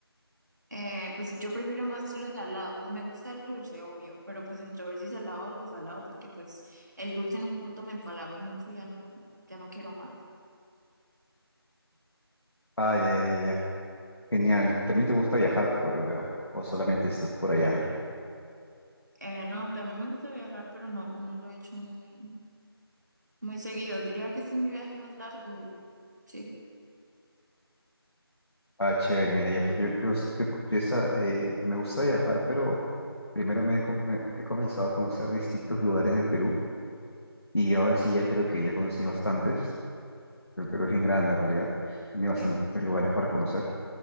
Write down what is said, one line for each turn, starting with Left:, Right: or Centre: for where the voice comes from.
Right: Eh, pues yo prefiero más lo salado, pues me gusta el dulce, obvio, pero pues entre ver si salado o lo salado, porque pues el dulce en un punto me empalago mucho y ya no, ya no quiero más.
Left: Ah, ya, ya, ya. Genial. ¿Y También te gusta viajar, por lo que veo. O solamente estás por allá ahorita.
Right: Eh, no, también me gusta viajar, pero no, no lo he hecho muy, muy seguido. Diría que este es mi viaje más largo y sí,
Left: Ah, chévere. Mira, yo, pues, yo, yo, yo- yo esa, eh, me gusta viajar, pero primero me he, come- he comenzado a conocer distintos lugares del Perú y ahora sí ya creo que ya conocí bastantes. El Perú es bien grande en realidad. Tiene bastantes
Right: eh,
Left: lugares para conocer.